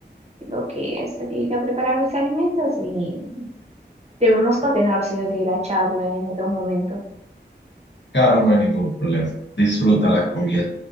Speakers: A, on the right; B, on the left.
A: tengo que salir a preparar mis alimentos y debemos continuar, sí o sí, la charla en otro momento.
B: Claro, no hay ningún problema. Disfruta la comida.